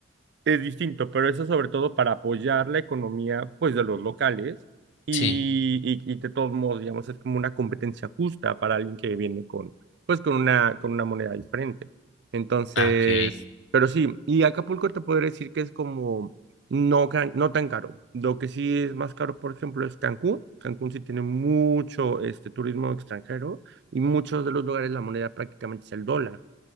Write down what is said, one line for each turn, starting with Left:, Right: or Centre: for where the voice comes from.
Right: es distinto, pero eso sobre todo para apoyar la economía, pues, de los locales y,
Left: Sí.
Right: y, y de todos modos, digamos, es como una competencia justa para alguien que viene con, pues, con una, con una moneda diferente. Entonces,
Left: Ah, ok.
Right: pero sí, y Acapulco te podría decir que es como no, ca- no tan caro. Lo que sí es más caro, por ejemplo, es Cancún. Cancún sí tiene mucho este, turismo extranjero y muchos de los lugares la moneda prácticamente es el dólar